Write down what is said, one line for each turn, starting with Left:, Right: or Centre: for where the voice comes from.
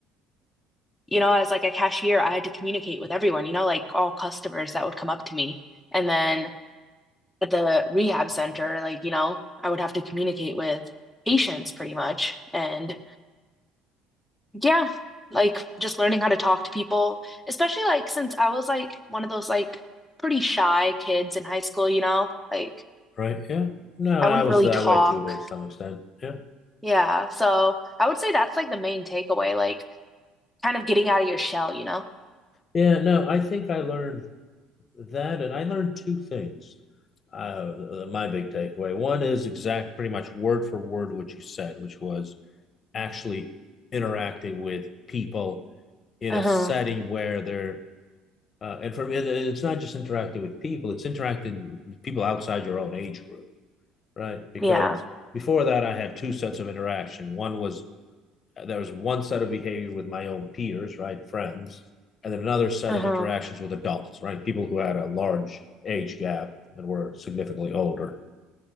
Centre: you know, as like a cashier, I had to communicate with everyone, you know, like all customers that would come up to me. And then at the rehab center, like, you know, I would have to communicate with patients pretty much. And Yeah, like just learning how to talk to people, especially like since I was like one of those like pretty shy kids in high school, you know? Like
Left: right? Yeah. No,
Centre: I
Left: and
Centre: wouldn't
Left: I was
Centre: really
Left: that
Centre: talk.
Left: way too to some extent. Yeah.
Centre: Yeah, so I would say that's like the main takeaway, like kind of getting out of your shell, you know?
Left: Yeah. No, I think I learned that, and I learned two things. Uh, th- th- my big takeaway one is exact, pretty much word for word, what you said, which was actually interacting with people in
Centre: Uh-huh.
Left: a setting where they're uh, and for and it's not just interacting with people; it's interacting with people outside your own age group, right? Because
Centre: Yeah.
Left: before that, I had two sets of interaction. One was there was one set of behavior with my own peers, right, friends, and then another set
Centre: Uh-huh.
Left: of interactions with adults, right, people who had a large age gap and were significantly older.